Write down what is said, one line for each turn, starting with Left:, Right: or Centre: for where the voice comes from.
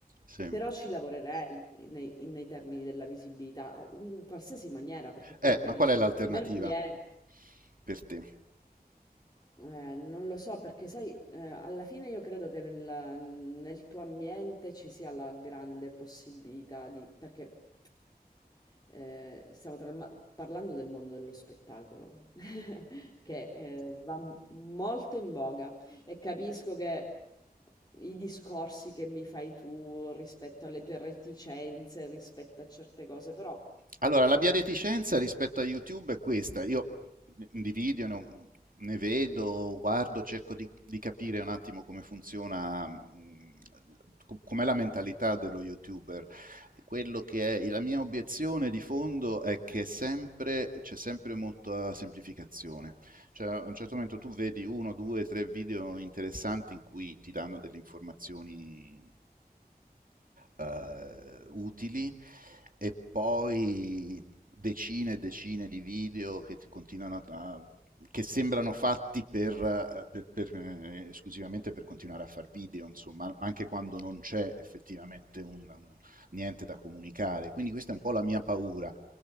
Right: Sì.
Left: però ci lavorerei nei, nei termini della visibilità, in qualsiasi maniera, perché poi
Right: Eh,
Left: magari
Right: ma qual è l'alternativa
Left: a me non viene.
Right: per te?
Left: Eh, non lo so perché sai, eh, alla fine io credo che nel, nel tuo ambiente ci sia la grande possibilità di... perché eh, stiamo tra- parlando del mondo dello spettacolo, <laughs> che eh, va molto in voga e capisco che i discorsi che mi fai tu rispetto alle tue reticenze, rispetto a certe cose, però...
Right: Allora, la mia reticenza rispetto a YouTube è questa. Io di video ne, ho- ne vedo, guardo, cerco di, di capire un attimo come funziona, mh, co- com'è la mentalità dello YouTuber. Quello che è la mia obiezione di fondo è che è sempre, c'è sempre molta semplificazione. Cioè, a un certo momento tu vedi uno, due, tre video interessanti in cui ti danno delle informazioni eh, utili e poi decine e decine di video che continuano a che sembrano fatti per, eh, per, per, eh, esclusivamente per continuare a fare video, insomma, anche quando non c'è effettivamente un, un, niente da comunicare. Quindi questa è un po' la mia paura,